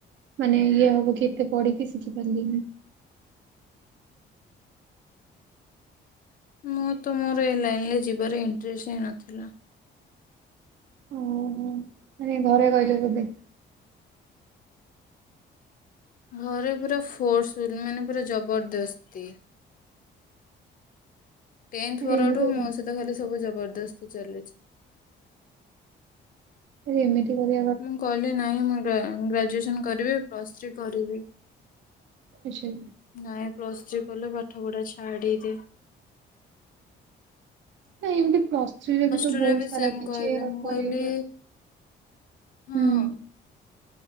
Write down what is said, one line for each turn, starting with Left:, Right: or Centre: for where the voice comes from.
Right: ମାନେ ଇଏ ହବ କି ଏତେ ପଢିକି ଶିଖି ପାରିଲିନି।
Left: ମୁଁ ତ ମୋର ଏ ଲାଇନରେ ଯିବାର ଇଣ୍ଟରେଷ୍ଟ ହିଁ ନଥିଲା।
Right: ଓହୋ ମାନେ ଘରେ କହିଲେ ବୋଧେ?
Left: ଘରେ ପୁରା ଫୋର୍ସଫୁଲ ମାନେ ପୁରା ଜବରଦସ୍ତି। ଟେନଥ୍
Right: ଆରେ
Left: ପରଠୁ
Right: ଏମିତି
Left: ମୋ ସହିତ ଖାଲି ସବୁ ଜବରଦସ୍ତି ଚାଲିଚି।
Right: ଏମିତି କହିବ
Left: ମୁଁ କହିଲି ନାହିଁ ମୁଁ ଗ୍ରାଜୁଏସନ କରିବି ପ୍ଲସ୍ ଥ୍ରୀ କରିବି।
Right: ଆଚ୍ଛା
Left: ନାଇଁ ପ୍ଲସ ଥ୍ରୀ କଲେ ପାଠ ପଢା ଛାଡିଦେ।
Right: ନା ଏମିତି ପ୍ଲସ ସେ ବି ତ
Left: ଟୁ
Right: ବହୁତ
Left: ରେ
Right: ସାରା
Left: ସେମ
Right: କିଛି
Left: କହିଲେ ମୁଁ
Right: କରିବାକୁ
Left: କହିଲି ହଁ
Right: ହୁଁ।